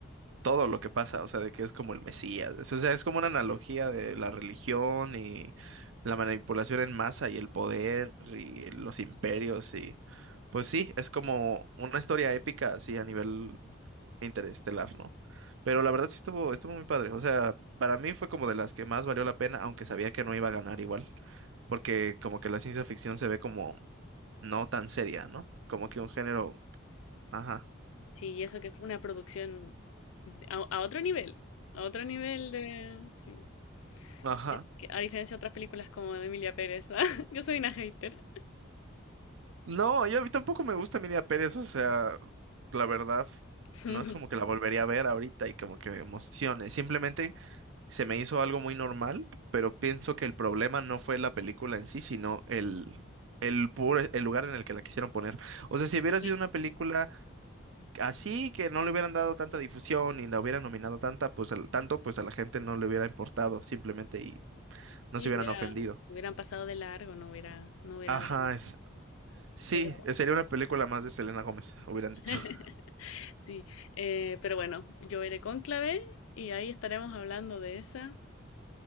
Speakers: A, on the right (about 70°); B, on the left (about 80°).
A: todo lo que pasa, o sea, de que es como el Mesías, es- o sea, es como una analogía de la religión y la manipulación en masa y el poder y los imperios y pues sí, es como una historia épica así a nivel Interestelar, ¿no? Pero la verdad sí estuvo, estuvo muy padre. O sea, para mí fue como de las que más valió la pena, aunque sabía que no iba a ganar igual, porque como que la ciencia ficción se ve como no tan seria, ¿no? Como que un género, ajá,
B: Sí, y eso que fue una producción a, a otro nivel, a otro nivel de... Sí.
A: ajá.
B: Que- que a diferencia de otras películas como de Emilia Pérez, ¿ah? <laughs> Yo soy una hater.
A: No, yo a mí tampoco me gusta Emilia Pérez, o sea, la verdad,
B: <laughs>
A: no es como que la volvería a ver ahorita y como que me emocione. Simplemente se me hizo algo muy normal, pero pienso que el problema no fue la película en sí, sino el, el, pur- el lugar en el que la quisieron poner. O sea, si hubiera
B: Sí,
A: sido una película así, que no le hubieran dado tanta difusión y la hubieran nominado tanta, pues al, tanto, pues a la gente no le hubiera importado simplemente y no
B: sí,
A: se hubieran
B: hubiera-
A: ofendido.
B: hubieran pasado de largo, no hubiera, no hubiera
A: Ajá,
B: drama.
A: es, sí,
B: Pero
A: eh, sería una película más de Selena Gómez, hubieran
B: <laughs>
A: dicho, <laughs>
B: Sí, eh, pero bueno, yo iré con clave y ahí estaremos hablando de esa.